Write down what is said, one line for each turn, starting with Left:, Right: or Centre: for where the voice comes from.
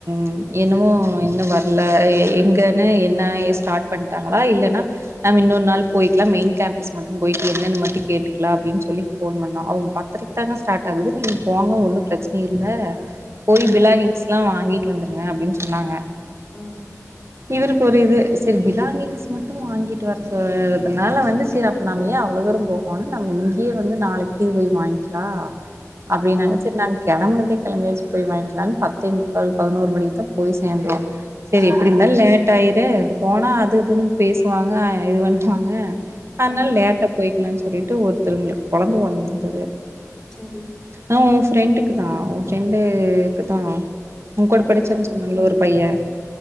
Right: ம் என்னமோ இன்னு வர்ல எ எங்கன்னு நா ஏ ஸ்டார்ட் பண்ட்டாங்ளா இல்லனா நம் இன்னொரு நாள் போய்க்கலா மெய்ன் கேம்ப்பஸ் மட்டு போய்ட்டு என்னன் மட்டு கேட்டுக்லா அப்டின் சொல்லி ஃபோன் பண்ண அவுங் பத் ரைக்கு தாங்க ஸ்டாட் ஆகுது நீங் போங்க ஒன்னு ப்ரச்ன இல்ல போய்
Left: ம்
Right: பிலாங்கிங்ஸ்லா வாங்கிட் வந்துருங்க அப்டின் சொன்னாங்க
Left: ம்
Right: இவருக்கு ஒரு இது செரி பிலாங்கிங்ஸ் மட்டும் வாங்கிட்டு வரஸ் துனால வந்து சேர் அப் இப்ப நம்ம ஏ அவ்ளோ தூரோ போகணு நம்ம இங்கியே வந்து நாளைக்கி போய் வாய்ன்க்லா
Left: ம்
Right: அப்டின்னாங்க செரி நாங்க கெளம்புனதே கெளம்பியாச் போய் வாய்ன்க்லான் பத்தே முக்கால் பதினோரு மணிக்கு தா போய் சேர்ந்தோ செரி
Left: சரி
Right: எப்டிர்ந்தால் லேட் ஆய்டு போனா அது
Left: ம்
Right: இதுன் பேஸ் வாங்க இது பண்வாங்க அத்னால்
Left: ம்
Right: லேட்டா போய்க்லான் சொல்லிட்டு ஒருத்தருங்களுக் கொழந்த பொறந்துருந்துது
Left: செரி
Right: ஆ உன் ஃப்ரெண்டுக்கு தா உன் ஃப்ரெண்டு க்கு தா உன் கூட
Left: என் ஃப்ரெண்டா
Right: படிச்சான் சொன்னல ஒரு பையன்